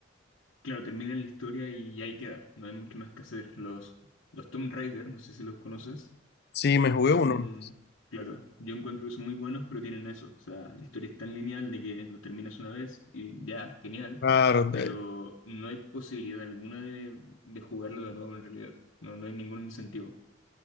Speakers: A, on the left (about 85°); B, on the left (about 55°).
A: claro, terminan la historia y ahí queda, no hay mucho más que hacer. Los, los Tomb Raider, no sé si los conoces.
B: Sí, me jugué
A: Son,
B: uno.
A: claro, yo encuentro que son muy buenos, pero tienen eso. O sea, la historia es tan lineal de que los terminas una vez y ya, genial,
B: Claro,
A: pero
B: de-
A: no hay posibilidad alguna de, de jugarlo de nuevo en realidad. No, no hay ningún incentivo.